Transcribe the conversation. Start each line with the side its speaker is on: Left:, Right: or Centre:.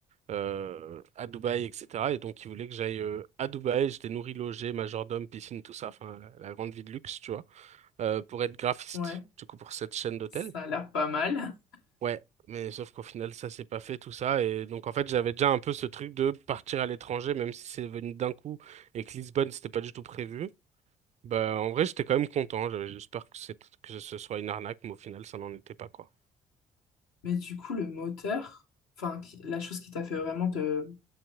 Right: euh, à Dubaï, etc. Et donc, il voulait que j'aille euh, à Dubaï. J'étais nourri, logé, majordome, piscine, tout ça. Enfin, la, la grande vie de luxe, tu vois, euh, pour être graphiste,
Left: Ouais,
Right: du coup, pour cette chaîne d'hôtels.
Left: ça a l'air pas mal.
Right: Ouais, mais sauf qu'au final, ça s'est pas fait, tout ça. Et donc, en fait, j'avais déjà un peu ce truc de partir à l'étranger, même si c'est venu d'un coup et que Lisbonne, c'était pas du tout prévu. Bah, en vrai, j'étais quand même content. J'avais- J'espère que c'est que ce soit une arnaque, mais au final, ça n'en était pas, quoi.
Left: Mais du coup, le moteur, enfin, qui- la chose qui t'a fait vraiment te